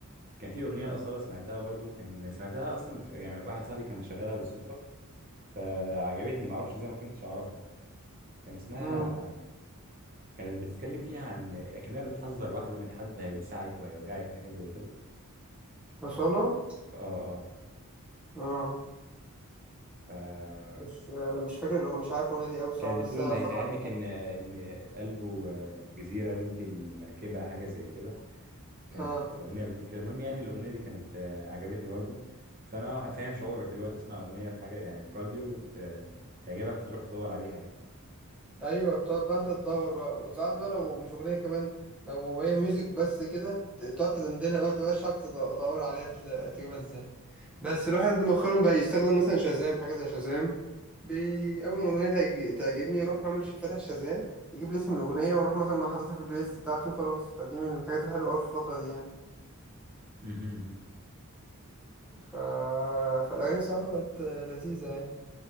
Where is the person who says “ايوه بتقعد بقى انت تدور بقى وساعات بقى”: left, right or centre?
Centre